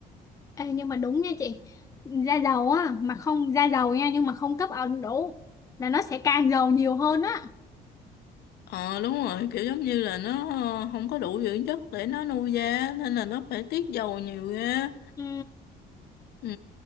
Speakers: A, on the left (about 20°); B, on the left (about 70°).
A: Ê, nhưng mà đúng nha chị da dầu á mà không da dầu nha nhưng mà không cấp ẩm đủ là nó sẽ càng dầu nhiều hơn á
B: ờ đúng rồi kiểu giống như là nó ờ, không có đủ dưỡng chất để nó nuôi da nên là nó phải tiết dầu nhiều ra
A: ừ,
B: ừ